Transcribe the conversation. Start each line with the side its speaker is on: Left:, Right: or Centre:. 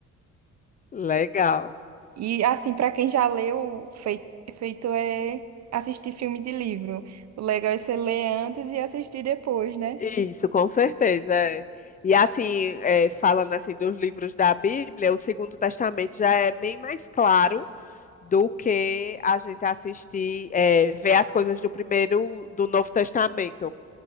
Left: Legal.
Right: E assim, para quem já leu, fei- feito é assistir filme de livro. O legal é você ler antes e assistir depois, né?
Left: Isso, com certeza. é. E assim, é, falando assim dos livros da Bíblia, o Segundo Testamento já é bem mais claro do que a gente assistir, é, ver as coisas do primeiro, do Novo Testamento.